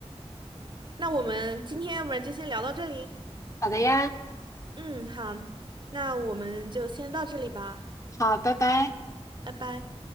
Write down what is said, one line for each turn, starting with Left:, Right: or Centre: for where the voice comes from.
Right: 那我们今天要不然就先聊到这里。
Left: 好的呀，
Right: 嗯，好，那我们就先到这里吧，
Left: 好，拜拜。
Right: 拜拜。